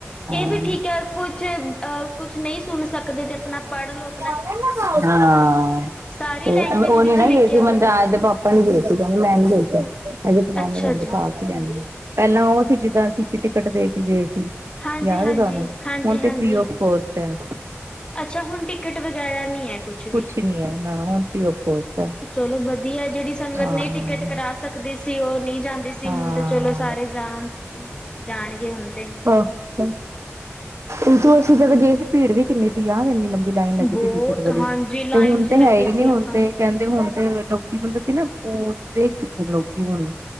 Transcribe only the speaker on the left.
ਇਹ ਵੀ ਠੀਕ ਹੈ ਕੁਛ, ਅਹ ਕੁਛ ਨਹੀਂ ਸੁਣ ਸਕਦੇ ਤੇ। ਆਪਣਾ ਪੜ੍ਹ ਲੋ।
ਸਾਰੀ
ਲੈਂਗੁਏਜ
ਵਿੱਚ
ਲਿਖਿਆ
ਹੋਇਆ
ਅੱਛਾ
ਜੀ
ਹਾਂਜੀ
ਹਾਂਜੀ
ਹਾਂਜੀ
ਹਾਂਜੀ
ਅੱਛਾ, ਹੁਣ ਟਿਕਟ ਵਗੈਰਾ ਨਹੀਂ ਹੈ। ਕੁੱਛ ਵੀ
ਚਲੋ ਵਧੀਆ ਜਿਹੜੀ ਸੰਗਤ
ਨਹੀ ਟਿਕਟ ਕਰਾ ਸਕਦੀ ਸੀ ਉਹ ਨਹੀਂ ਜਾਂਦੀ ਸੀ
ਹੁਣ ਤੇ ਚਲੋ ਸਾਰੇ ਜਾਣ ਜਾਣਗੇ ਹੁਣ ਤੇ
ਬਹੁਤ
ਹਾਂਜੀ ਲਾਈਨ
ਚ
ਲੱਗੇ
ਸੀ
ਆਪਾਂ